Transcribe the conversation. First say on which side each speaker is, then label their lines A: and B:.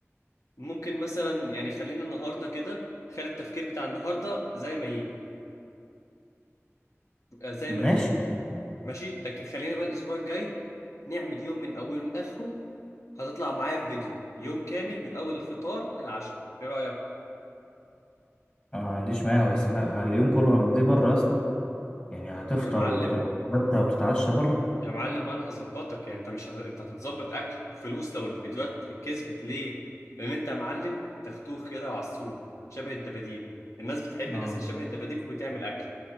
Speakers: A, on the left; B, on the left.
A: ممكن مثلا يعني خلينا النهارده كده خلي التفكير بتاع النهارده زي ما يجي آه، زي
B: ماشي
A: ما تيجي
B: انا
A: ماشي لكن خلينا بقى الاسبوع الجاي نعمل يوم من اوله لاخره هتطلع معايا في فيديو يوم كامل من اول الفطار للعشاء ايه رايك
B: ما عنديش مانع بس احنا اليوم كله هنقضيه بره يا اسطى يعني هتفطر
A: يا معلم
B: وتتغدى وتتعشى بره
A: يا معلم انا هظبطك يعني انت مش هت... انت هتتظبط اكل وفلوس لو الفيديوهات كسبت ليه لان انت يا معلم تختوخ كده وعسول شبه الدباديب الناس بتحب
B: اه
A: الناس اللي شبه الدباديب وبتعمل اكل